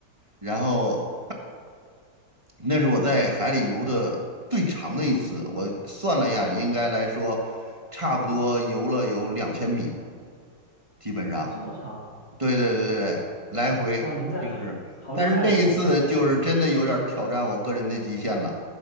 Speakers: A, on the right; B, on the left.
A: 然后那是我在海里游的最长的一次，我算了一下，应该来说，差不多游了有两千米，基本上。
B: 哇，这么长，
A: 对对对对，来回就是，
B: 哇，您在海好厉害哦，
A: 但是那一次就是真的有点儿挑战我个人的极限了。
B: 你在海里游，